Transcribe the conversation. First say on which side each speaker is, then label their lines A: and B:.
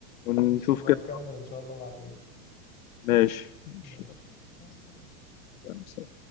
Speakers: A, on the left (about 70°); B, on the left (about 20°).
A: ونشوف
B: ماشي نبقى
A: كده
B: نكمل ان شاء الله بعدين
A: ماشي ماشي
B: ماشي مع السلامة
A: يلا.